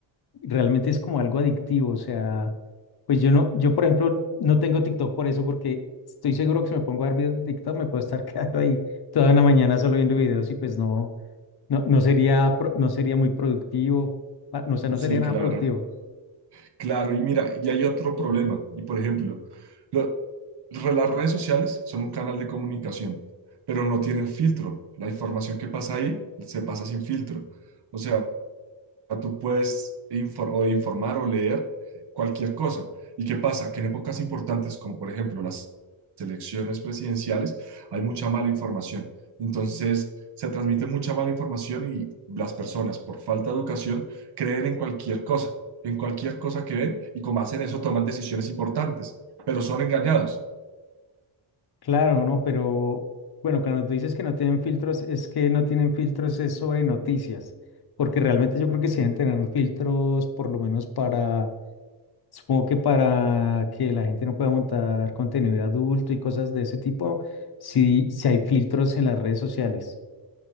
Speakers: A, on the left; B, on the right.
A: realmente es como algo adictivo, o sea, pues yo no, yo por ejemplo no tengo TikTok por eso, porque estoy seguro que si me pongo a ver videos de TikTok me puedo estar <laughs> quedando ahí toda una mañana solo viendo videos y pues no, no, no sería, pro- no sería muy productivo, pa- no, o sea, no
B: Sí,
A: sería nada
B: claro.
A: productivo.
B: Claro, y mira, y hay otro problema. Y por ejemplo, lo- re- las redes sociales son un canal de comunicación, pero no tienen filtro. La información que pasa ahí se pasa sin filtro. O sea, tú puedes infor- o informar o leer cualquier cosa. ¿Y qué pasa? Que en épocas importantes, como por ejemplo las elecciones presidenciales, hay mucha mala información. Entonces, se transmite mucha mala información y las personas, por falta de educación, creen en cualquier cosa, en cualquier cosa que ven y como hacen eso, toman decisiones importantes, pero son engañados.
A: Claro, ¿no? Pero bueno, cuando tú dices que no tienen filtros, es que no tienen filtros es sobre noticias, porque realmente yo creo que sí deben tener filtros, por lo menos para, supongo que para que la gente no pueda montar contenido de adulto y cosas de ese tipo, sí, sí hay filtros en las redes sociales.